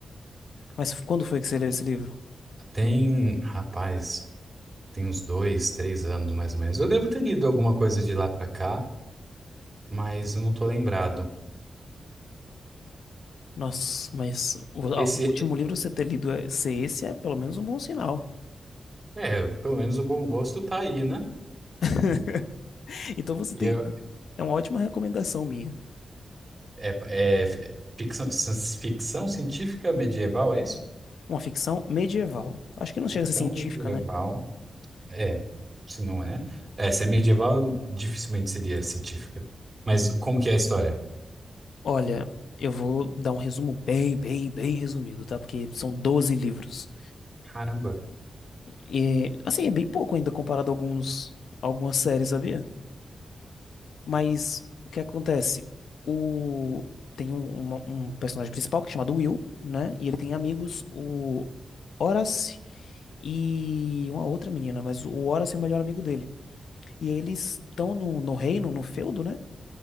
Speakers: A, on the left (about 85°); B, on the right (about 25°).
A: Mas quando foi que você leu esse livro?
B: Tem, rapaz, tem uns dois, três anos mais ou menos. Eu devo ter lido alguma coisa de lá pra cá, mas eu não tô lembrado.
A: Nossa, mas o ó,
B: Esse,
A: o último livro você ter lido é, ser esse é pelo menos um bom sinal.
B: é, pelo menos o bom gosto tá aí, né?
A: <laughs> Então você
B: E
A: tem.
B: eu-
A: É uma ótima recomendação minha.
B: é, é ficção, ficção científica medieval, é isso?
A: Uma ficção medieval. Acho que não chega
B: Ficção
A: a ser científica,
B: medieval,
A: né?
B: é, se não é. É, se é medieval, dificilmente seria científica. Mas como que é a história?
A: Olha, eu vou dar um resumo bem, bem, bem resumido, tá? Porque são 12 livros.
B: Caramba.
A: E, assim, é bem pouco ainda comparado a alguns, algumas séries, sabia? Mas o que acontece? O... Tem um, uma- um personagem principal que é chamado Will, né? E ele tem amigos, o Horace e uma outra menina, mas o Horace é o melhor amigo dele. E aí eles estão no, no reino, no feudo, né?